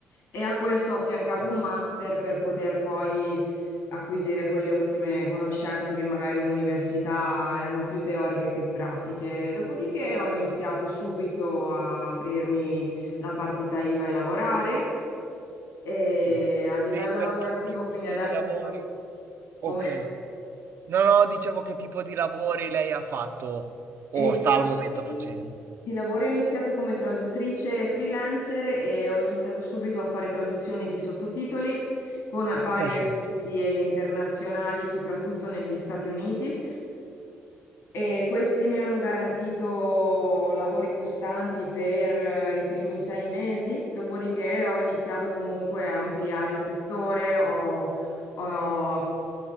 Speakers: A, on the left; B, on the right.
A: e a questo ho affiancato
B: Perfetto.
A: un master per poter poi acquisire quelle ultime conoscenze che magari in università erano più teoriche che pratiche. Dopodiché ho iniziato subito a aprirmi la partita IVA e lavorare e
B: Sì.
A: a livello
B: Lei per
A: lavorativo,
B: che, che
A: quindi
B: tipo
A: adesso
B: di lavori?
A: sono...
B: Ok.
A: Come?
B: No, no, dicevo che tipo di lavori lei ha fatto o
A: E di
B: sta
A: lavori,
B: al momento facendo.
A: di lavori ho iniziato come traduttrice freelancer e ho iniziato subito a fare traduzioni di sottotitoli con varie
B: Perfetto.
A: agenzie internazionali, soprattutto negli Stati Uniti. E questi mi hanno garantito lavori costanti per eh, i primi sei mesi, dopodiché ho iniziato comunque a ampliare il settore, ho, ho